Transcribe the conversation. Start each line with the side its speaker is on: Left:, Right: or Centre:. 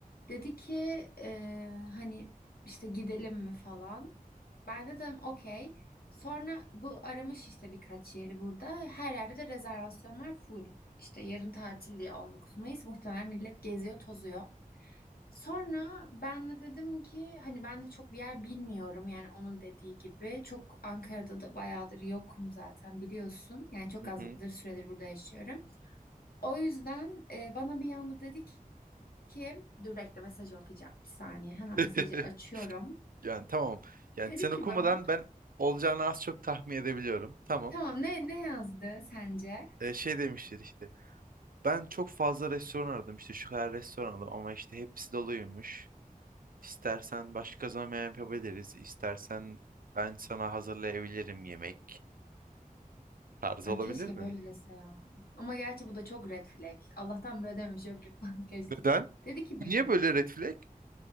Left: Dedi ki e, hani işte gidelim mi falan. Ben dedim okey. Sonra bu aramış işte birkaç yeri burada. Her yerde de rezervasyonlar full. İşte yarın tatil diye 19 Mayıs muhtemelen millet geziyor tozuyor. Sonra ben de dedim ki hani ben de çok bir yer bilmiyorum yani onun dediği gibi. Çok Ankara'da da bayağıdır yokum zaten biliyorsun. Yani çok
Right: Hı
Left: azdır
Right: hı.
Left: süredir burada yaşıyorum. O yüzden e, bana bir yanda dedi ki dur bekle mesajı okuyacağım bir saniye.
Right: <laughs>
Left: Hemen mesajı açıyorum.
Right: Yani tamam. Yani
Left: Dedi
Right: sen
Left: ki
Right: okumadan
Left: bana
Right: ben olacağını az çok tahmin edebiliyorum. Tamam.
Left: tamam ne ne yazdı sence?
Right: E, şey demiştir işte. Ben çok fazla restoran aradım işte şu kadar restoran aradım ama işte hepsi doluymuş. İstersen başka zaman yapabiliriz. İstersen ben sana hazırlayabilirim yemek. Tarzı
Left: Ay
Right: olabilir
Left: keşke
Right: mi?
Left: böyle dese ya. Ama gerçi bu da çok red flag. Allah'tan böyle dememiş yok yok <laughs> ben
Right: Neden?
Left: Dedi ki
Right: Bu
Left: bana
Right: Niye böyle red flag?